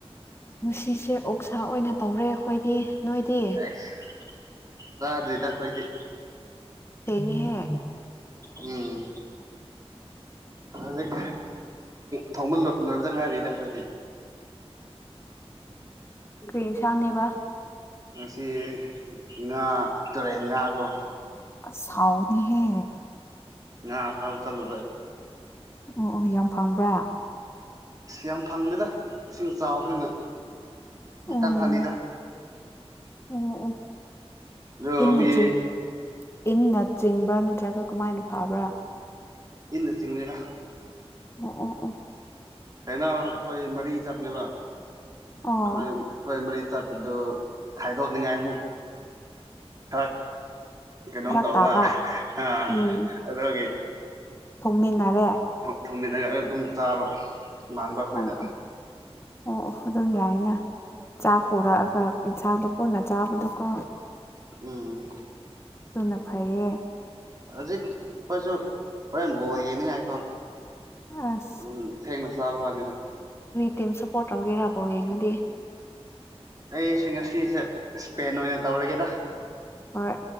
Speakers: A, on the left; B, on the right.
A: ꯉꯁꯤꯁꯦ ꯑꯣꯛꯁꯥ ꯑꯣꯏꯅ ꯇꯧꯔꯦ ꯑꯩꯈꯣꯏꯗꯤ ꯅꯣꯏꯗꯤ
B: ꯑꯦꯁ ꯆ ꯑꯗꯨꯔꯤꯗꯈꯣꯏꯣꯏꯗꯤ
A: ꯍ
B: ꯎꯝ ꯍꯧꯖꯤꯛ ꯊꯣꯡꯕ ꯂꯣꯏꯕꯗ ꯉꯥꯏꯔꯤꯅ ꯑꯩꯈꯣꯏꯗꯤ
A: ꯀꯔꯤ ꯁꯅꯦꯕ
B: ꯉꯁꯤ ꯉꯥ ꯇꯨꯔꯦꯟ ꯉꯥꯀꯣ
A: ꯁꯥꯥꯎꯅꯤꯍꯦ
B: ꯅ ꯐꯥꯎ ꯆꯂꯨ
A: ꯑꯣ ꯑꯣ ꯌꯥꯝ ꯐꯪꯕ꯭ꯔꯥ
B: ꯁꯤ ꯌꯥꯝ ꯐꯪꯗꯦꯗ ꯏꯁꯤꯡ ꯆꯥꯎꯕꯅꯤꯅ ꯈꯤꯇꯪ
A: ꯎꯝ
B: ꯍꯪꯉꯤꯗ
A: ꯑꯣ ꯑꯣ
B: ꯔꯣ
A: ꯏꯟꯅ
B: ꯃꯤ
A: ꯆꯤꯡ ꯏꯟꯅ ꯆꯤꯡꯕ꯭ꯔꯥ ꯅꯠꯇ꯭ꯔꯒ ꯀꯃꯥꯏꯅ ꯐꯕ꯭ꯔꯥ
B: ꯏꯟꯅ ꯁꯤꯤꯡꯤꯡꯃꯤꯔ
A: ꯑꯣ ꯑꯣ ꯑꯣ
B: ꯑꯩꯅ ꯑꯩꯈꯣꯏ ꯃꯔꯤ ꯆꯠꯄꯅꯦꯕ ꯑꯩꯈꯣꯏ
A: ꯑꯣ
B: ꯑꯩꯈꯣꯏ ꯃꯔꯤ ꯆꯠꯄꯗꯨ ꯈꯥꯏꯗꯣꯛꯅꯤꯡꯉꯥꯏ ꯑꯃꯨꯛ ꯈꯔ ꯀꯩꯅꯣꯝ
A: ꯐꯔꯛ
B: ꯇꯧꯕ
A: ꯇꯥꯕ
B: ꯑꯥ
A: ꯎꯝ
B: ꯑꯗꯨꯒꯤ
A: ꯊꯣꯡꯃꯤꯟꯅꯔꯦ
B: ꯊꯣꯝꯃꯤꯟꯅꯒ ꯑꯌꯨꯛ ꯑꯗꯨꯝ ꯆꯥꯕ ꯏꯃꯥꯟꯅꯕ ꯑꯩꯈꯣꯏꯗ
A: ꯑꯣ ꯑꯣ ꯑꯣ ꯑꯣ ꯑꯗꯨꯝ ꯌꯥꯏꯅ ꯆꯥꯛ ꯄꯨꯣꯔꯛꯑꯒ ꯌꯦꯟꯁꯥꯡꯇ ꯄꯨꯟꯅ ꯆꯥꯕꯗꯨꯀꯣ
B: ꯎꯝ
A: ꯅ ꯐꯩꯌꯦ
B: ꯍꯧꯖꯤꯛ ꯑꯩꯈꯣꯏꯁꯨ ꯍꯣꯔꯦꯟ ꯕꯣꯔ ꯌꯦꯡꯅꯤꯡꯉꯥꯏꯀꯣ
A: ꯑꯁ
B: ꯑꯗꯨꯝ ꯊꯦꯡꯅ ꯆꯥꯕ ꯋꯥꯅꯤꯗ
A: ꯇ ꯁꯄꯣꯔꯠ ꯇꯧꯒꯦꯔꯔꯕꯧ ꯌꯦꯡꯅꯗꯤ
B: ꯑꯩꯁꯦ ꯉꯁꯤꯁꯦ ꯏꯁꯄꯦꯟ ꯑꯣꯏꯅ ꯇꯧꯔꯒꯦꯗ
A: ꯍꯣꯏ